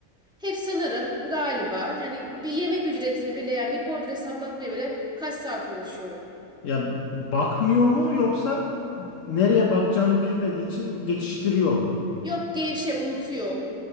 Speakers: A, in the centre; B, on the left.
A: Hep sanırım galiba yani bir yemek ücretini bile yani bir bordro hesaplatmaya bile kaç saat uğraşıyorum.
B: Ya bakmıyor mu yoksa nereye bakacağını bilmediği için geçiştiriyor mu?
A: Yok gevşek unutuyor.